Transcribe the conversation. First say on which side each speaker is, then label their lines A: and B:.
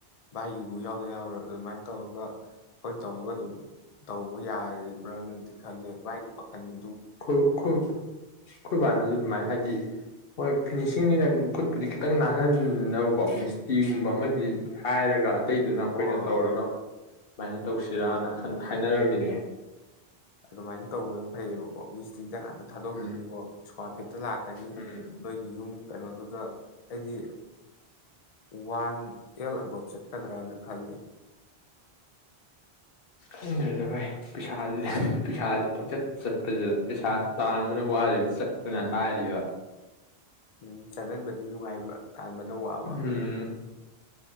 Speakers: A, on the left; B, on the left.
A: ꯚꯥꯏꯒꯤꯕꯨ ꯌꯥꯎꯗ ꯌꯥꯎꯔꯣꯏ ꯑꯗꯨ ꯑꯗꯨꯃꯥꯏꯅ ꯇꯧꯔꯒ ꯍꯣꯏ ꯇꯧꯔꯒ ꯑꯗꯨꯝ ꯇꯧꯕ ꯌꯥ ꯄꯔꯥꯅꯗꯤ ꯈꯜꯂꯤ ꯄꯥꯏ ꯄꯈꯅꯤ
B: ꯈꯨ ꯈꯨ ꯑꯩꯈꯣꯏꯕꯥꯅꯁꯨ ꯑꯗꯨꯃꯥꯏꯅ ꯍꯥꯏꯗꯤ ꯍꯣꯏ ꯐꯤꯅꯤꯁꯤꯡꯁꯤꯅ ꯈꯨꯠꯄꯨꯗꯤ ꯈꯤꯇꯪ ꯅꯥꯍꯟꯅꯕꯀꯣ ꯃꯤꯁꯇꯤꯒꯨꯝꯕ ꯑꯃꯗꯤ ꯍꯥꯏꯔꯒ ꯑꯇꯩꯗꯨꯅ ꯑꯩꯈꯣꯏꯅ
A: ꯍꯣꯏ ꯍꯣꯏ ꯍꯣꯏ
B: ꯇꯧꯔꯒ ꯁꯨꯃꯥꯏꯅ ꯇꯧꯁꯤꯔꯅ
A: ꯑꯗꯨꯃꯥꯏꯅ ꯍꯣꯏ
B: ꯍꯥꯏꯅꯔꯝꯃꯤꯅꯦ
A: ꯑꯗꯨꯃꯥꯏꯅ ꯇꯧꯕꯅ ꯐꯩꯌꯦꯕꯀꯣ ꯃꯤꯁ ꯆꯗ ꯉꯥꯛꯇ ꯊꯥꯗꯣꯛꯈꯤꯅꯤꯀꯣ
B: ꯎꯝ
A: ꯏꯁꯀ ꯍꯐꯦꯠꯇ ꯂꯥꯛꯀꯅꯤ
B: ꯎꯝ
A: ꯅꯣꯏꯒꯤ ꯌꯨꯝ ꯀꯩꯅꯣꯗꯨꯗ ꯍꯥꯏꯗꯤ ꯋꯥꯟ ꯑꯦꯜ ꯑꯕꯞ ꯆꯠꯀꯗ꯭ꯔꯅ ꯈꯜꯂꯤ
B: ꯈꯪꯗ꯭ꯔꯦꯗ ꯚꯥꯏ ꯄꯩꯁꯥ ꯄꯩꯁꯥꯁꯤ ꯆꯠꯄꯁꯤꯗ ꯄꯩꯁꯥ ꯇꯥꯟꯕꯅ ꯋꯥꯔꯤꯕ ꯆꯠꯄꯅ ꯂꯥꯏꯔꯤꯕ
A: ꯎꯝ ꯆꯠꯍꯟꯕꯗꯤ ꯅꯨꯡꯉꯥꯏꯕ ꯇꯥꯟꯕꯅ ꯋꯥꯕ
B: ꯎꯝ